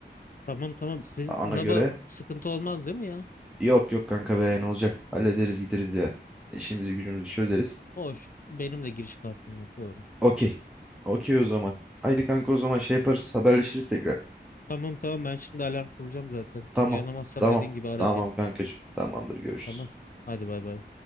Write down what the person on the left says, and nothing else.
Tamam tamam sizin
laba
sıkıntı olmaz değil mi ya?
Hoş benim de giriş kartım var doğru.
Tamam tamam ben şimdi alarm kuracağım zaten.
Uyanamazsam
dediğin gibi ara
beni.
Tamam hadi bay bay.